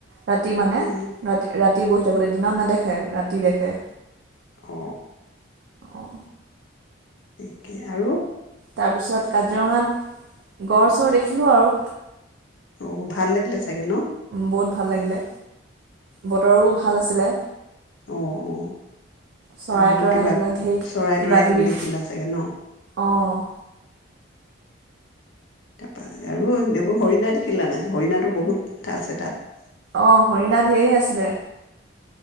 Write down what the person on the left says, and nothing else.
এ
অ
দেখে আৰু
অ ভাল লাগিলে চাগে ন
অ অ
আৰু
কিবা
চৰাই
তৰাই সেইবোৰ
দেখিলা চাগে ন
তাৰপা আৰু এইবোৰ হৰিণা দেখিলা নাই হৰিণাতো বহুত আছে তাত